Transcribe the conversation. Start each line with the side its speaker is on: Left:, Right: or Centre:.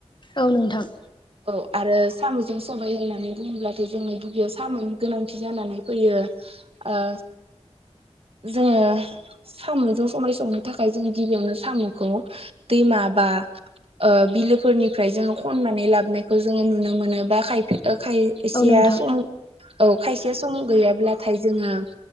Left: औ नोंथां।
Right: औ आरो साम'जों सबाय होननानै बुङोब्लाथ' जोंनि दगैयाव साम'नि गोनांथि जानानै फैयो। ओ जोङो साम'जों सबाय संनो थाखाय जों गिबियावनो साम'खौ दैमा बा ओ बिलोफोरनिफ्राय जोङो खननानै ला बोनायखौ जोङो नुनो मोनो खाय-खायसेया
Left: औ नोंथां औ नोंथां औ नोंथां औ नोंथां
Right: सम औ खायसे सम गैयाब्लाथाय जोङो